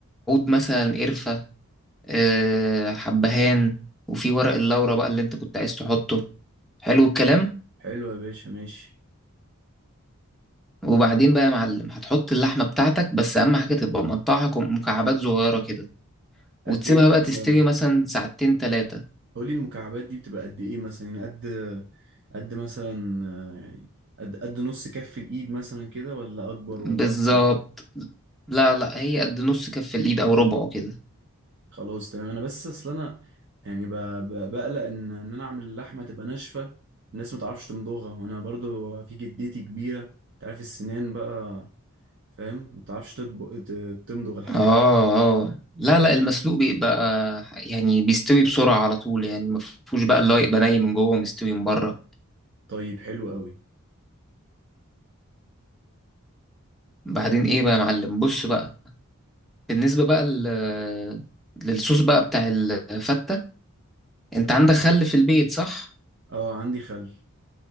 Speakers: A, in the centre; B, on the right.
A: مثلا قرفة آه، حبهان وفي ورق اللورة بقى اللي انت كنت عايز تحطه حلو الكلام
B: حلو يا باشا ماشي
A: وبعدين بقى يا معلم هتحط اللحمة بتاعتك بس أهم حاجة تبقى مقطعها كم- مكعبات صغيرة كده وتسيبها
B: قد ايه
A: بقى تستوي
B: مثلا
A: مثلا ساعتين تلاتة
B: قولي المكعبات دي بتبقى قد ايه مثلا يعني قد قد مثلا آه، قد قد نص كف الايد مثلا كده ولا اكبر
A: بالظبط
B: ولا اصغر
A: لا لا هي قد نص كف اليد او ربعه كده
B: خلاص تمام انا بس اصل انا يعني ب- ب- بقلق ان ان انا اعمل اللحمه تبقى ناشفه الناس ما تعرفش تمضغها وانا برضو في جدتي كبيره انت عارف السنان بقى فاهم ما تعرفش تطبق- ت- تمضغ الحاجات
A: اه اه لا لا المسلوق بيبقى يعني بيستوي بسرعة على طول يعني مفهوش بقى اللي هو يبقى ني من جوه ومستوي من بره
B: طيب حلو قوي
A: بعدين ايه بقى يا معلم بص بقى بالنسبة بقى ل- للصوص بقى بتاع الفتة انت عندك خل في البيت صح
B: اه عندي خل